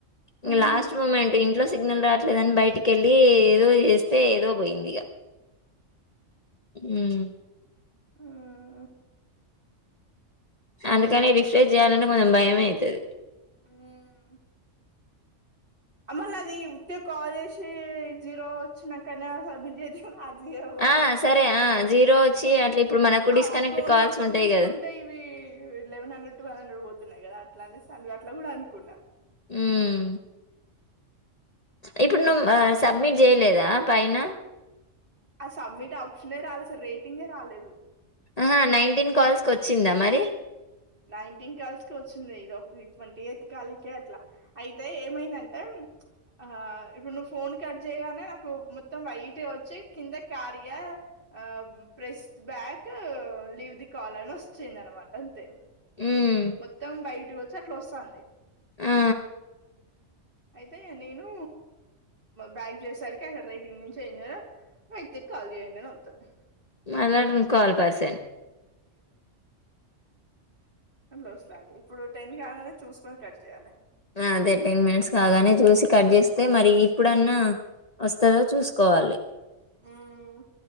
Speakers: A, on the left; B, on the right.
A: ఇంకా
B: ఉహు
A: లాస్ట్ మూమెంట్ ఇంట్లో. సిగ్నల్ రావట్లేదని బయటికెళ్లి ఏదో చేస్తే ఏదో పోయింది ఇగ. ఉమ్.
B: ఉమ్.
A: అందుకని రిఫ్రెష్ చేయాలంటే కొంచెం భయమే అయితది.
B: ఉమ్. ఆహ్ మళ్ళా అది ఉత్తీగ కాల్ చేసి జీరో వచ్చినాంకనే ఆహ్ సబ్మిట్ చేయండి. అది జీరో కూడా
A: ఆ
B: వస్తాలే
A: సరే ఆ జీరో వచ్చి
B: ఆహ్
A: అట్లా ఇప్పుడు మనకు
B: ఆ
A: డిస్కనెక్ట్
B: ఒక్క వంద
A: కాల్స్
B: రూపాయలు
A: ఉంటాయి
B: చూసుకుంటే.
A: కదా
B: ఇవి లెవెన్ హండ్రెడ్ టువెవ్ హండ్రెడ్ పోతున్నాయి కదా అట్లానే సర్లే అట్లా కూడా అనుకున్నా.
A: ఉమ్. ఇప్పుడు నువ్వు ఆహ్ సబ్మిట్ చేయలేదా పైన.
B: ఆ సబ్మిట్ ఆప్షనే రాలేదు అసలు రేటింగే రాలేదు.
A: ఆహ్ నైన్టీన్ కాల్స్ కి వచ్చిందా మరి.
B: నైన్టీన్ కల్స్ కి వచ్చింది. ఇదోక ట్వంటీ ఎయిత్ కాలుకే అట్లా అయితే ఏమైందంటే ప్చ్. ఆహ్ ఇప్పుడు నువ్వు ఫోన్ కట్ చేయగానే నాకు మొత్తం వైట్ గా వచ్చి కింద కార్య. ఆహ్ press back leave the call అని వచ్చేంది అనమాట అంతే.
A: హ్మ్
B: మొత్తం వైటుగా వచ్చి అట్లా వస్తంది.
A: ఆ
B: అయితే నేను బ్యాక్ చుసేసరికి అక్కడ రైటింగ్ నుంచి ఏం చేయర. వ్యక్తికి కాల్ చేయండి అని వస్తది.
A: మళ్ళ అది కాల్ పర్సాన్.
B: హ వస్తంది ఇప్పుడు టెన్ కాగానే చూసుకొని కట్ చేయాలి.
A: ఆహ్ అదే టెన్ మినిట్స్ కాగానే చూసి కట్ చేస్తే మరి ఇప్పుడన్నా. వస్తదా చూసుకోవాలి.
B: ఆహ్.